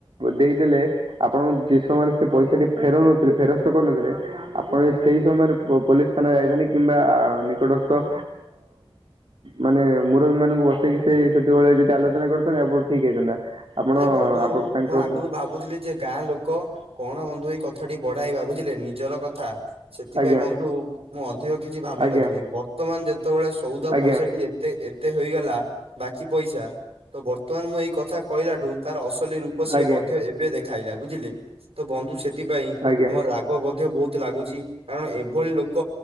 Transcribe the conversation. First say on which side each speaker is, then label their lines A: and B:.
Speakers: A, on the right (about 65°); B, on the right (about 80°).
A: ଦେଇଦଲେ ଆପଣ ସମୟରେ ସେ ପଇସା ଟି ଫେରଉନଥିଲେ, ଫେରସ୍ତ କରନଥିଲେ ଆପଣ ସେଇ ସମୟରେ ପୋଲିସ ଥାନା ଯାଇଥିଲେ କିମ୍ ନିକଟସ୍ଥ ମାନେ ମୁରବୀ ମାନଙ୍କୁ ବସେଇି ସେତେବେଳେ ଯଦି ଆଲୋଚନା କରିଥାନ୍ତା ଆପଟ ଠିକ ହେଇଥାନ୍ତା ଆପଣ
B: ନାଇଁ ବନ୍ଧୁ
A: ଆପଣ ତାଙ୍କୁ
B: ମୁଁ ଆଗରୁ ଭାବୁଥିଲି ଯେ ଗାଁ ଲୋକ କଣ ବନ୍ଧୁ ଏଇ କଥାଟି ବଢେଇବା ବୁଝିଲେ ନିଜର କଥା ସେଥିପାଇଁ
A: ଆଜ୍ଞା
B: ବନ୍ଧୁ ମୁଁ ଅଧିକ କିଛି ଭାବିନଥିଲି
A: ଆଜ୍ଞା
B: ବର୍ତ୍ତମାନ ଯେତେବେଳେ ସଉଦା
A: ଆଜ୍ଞା
B: ପଇସା ଟି ଏତେ ଏତେ ହେଇଗଲା ବାକି ପଇସା ତ ବର୍ତ୍ତମାନ ମୁଁ ଏଇ କଥା କହିଲାଠୁ ତାର ଅସଲି ରୂପ ସେ
A: ଆଜ୍ଞା
B: ମଧ୍ୟ ଏବେ ଦେଖ ଖାଇଲା ବୁଝିଲେ ତ ବନ୍ଧୁ ସେଥିପାଇଁ
A: ଆଜ୍ଞା
B: ମୋ ରାଗ ମଧ୍ୟ ବହୁତ ଲାଗୁଛି କାରଣ ଏଭଳି ଲୋକ